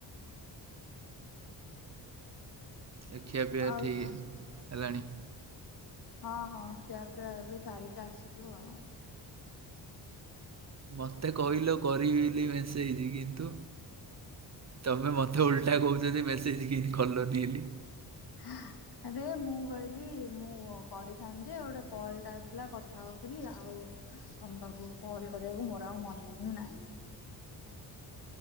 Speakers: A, on the right; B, on the left.
A: ଏ ଖିଆ ପିଆ
B: ଆଉ
A: ଠିକ୍
B: କଣ
A: ହେଲାଣି।
B: ହଁ ହଁ ଖିଆ ପିଆ ଏବେ ସାରିକି ଆସିଲୁ ଆଉ।
A: ମୋତେ କହିଲ କରିବି ବୋଲି ମେସେଜ୍ କିନ୍ତୁ ତମେ ମତେ ଓଲ ଟା କହୁଚଯେ ମେସେଜ୍ କିମଟି କଲନି ବୋଲି।
B: <unintelligible> ଆରେ ମୁଁ କହିଲି ମୁଁ କରିଥାନ୍ତି ଯେ ଗୋଟେ କଲ୍ ଟା ଆସିଲା କଥା ହଉଥିଲି ଆଉ ତମ ପାଖକୁ କଲ୍ କରିବାକୁ ମୋର ଆଉ ମନେ ହିଁ ନାହିଁ।